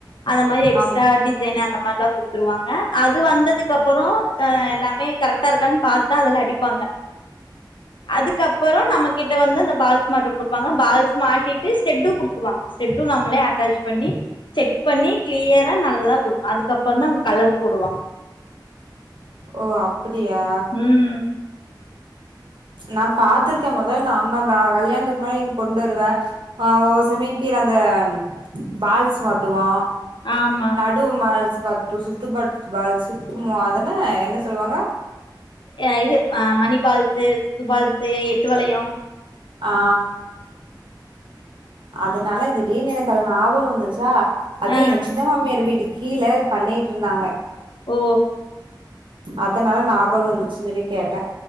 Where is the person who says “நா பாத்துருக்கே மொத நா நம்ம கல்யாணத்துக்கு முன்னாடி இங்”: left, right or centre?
Right